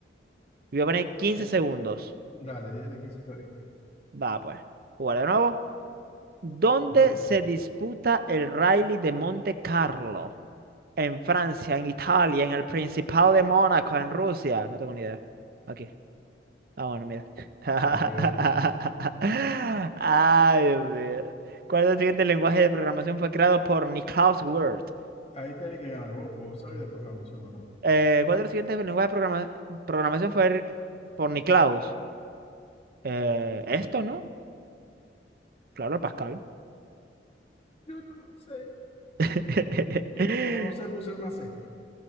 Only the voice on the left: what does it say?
eh,
dale, diez de quince está bien.
¿Dónde?
La pegaste.
Ahí tiene que ganar vos, porque vos sabes de programación o no.
Yo no sé.
Yo, pues, como no sé, puse una C.